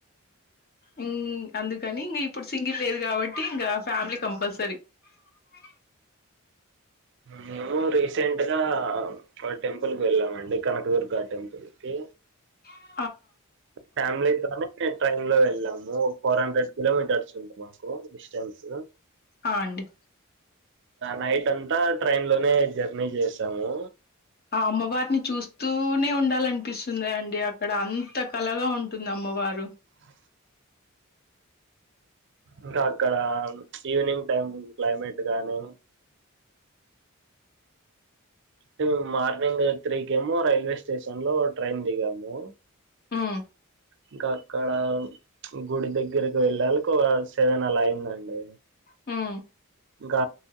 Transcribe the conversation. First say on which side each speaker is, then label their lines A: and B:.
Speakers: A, on the left; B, on the right.
A: ఉమ్ అందుకని ఇంకా ఇప్పుడు సింగిల్ లేదు కాబట్టి ఇంకా ఫ్యామిలీ కంపల్సరీ అ
B: నేను రీసెంట్గా ఓ టెంపుల్కి వెళ్ళామండి కనకదుర్గ టెంపుల్ కి
A: ఆ
B: ఫ్యామిలీతోనే ట్రైన్ లో వెళ్ళాము ఫోర్ హండ్రెడ్ కిలోమీటర్స్ ఉంది మాకు డిస్టెన్స్
A: ఆ అండి
B: నైట్ అంతా ట్రైన్ లోనే జర్నీ చేసాము
A: ఆ అమ్మవారిని చూస్తూనే ఉండాలనిపిస్తుంది అండి అక్కడ అంత కలగా ఉంటుంది అమ్మవారు
B: అ ఇంకా అక్కడ ఈవినింగ్ టైమ్ క్లైమేట్ గానీ అంటేే మార్నింగ్ త్రీ కేమో రైల్వే స్టేషన్ లో ట్రైన్ దిగాము
A: మ్
B: ఇంకాక్కడ గుడి దగ్గరకి వెళ్ళాలకు ఒక సేవేన్ అలా అయిందండి
A: మ్
B: ఇంకా